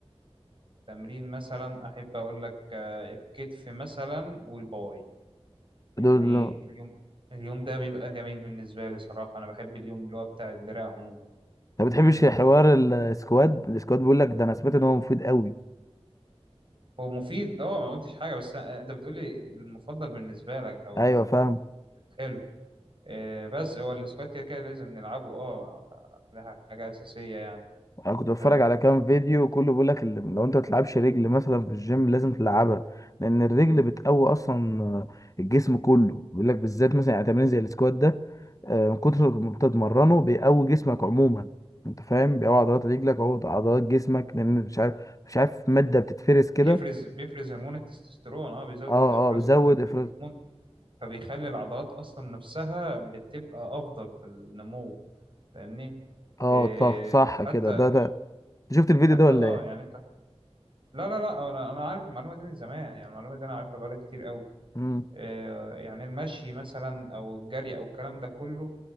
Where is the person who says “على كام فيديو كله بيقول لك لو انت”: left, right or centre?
Left